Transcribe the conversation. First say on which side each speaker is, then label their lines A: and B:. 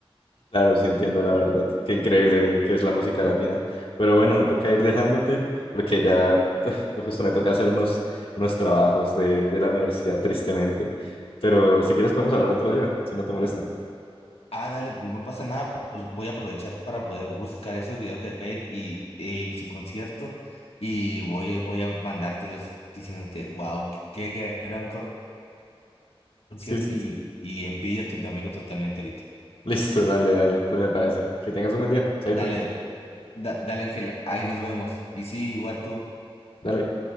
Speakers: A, on the left; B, on the left.
A: Claro, sí entiendo, la verdad, qué increíble que es la música latina. Pero bueno, me toca ir dejándote, porque ya justo me toca hacer unos, unos trabajos de, de la universidad, tristemente. Pero si quieres podemos hablar otro día, si no te molesta.
B: Ah, dale, no pasa nada, pues voy a aprovechar para poder buscar esos videos de Fate y, eh, y su concierto y voy, a- voy a mandártelos diciéndote, wow, qué, qué gran concierto
A: Sí, sí,
B: y,
A: sí.
B: y envidia a tus amigos totalmente ahorita.
A: Listo, dale, dale. Entonces me parece. Que tengas un buen día. Chaito.
B: Dale, eh, da- dale Ángel, ahí nos vemos. Y sí, igual tú.
A: Dale.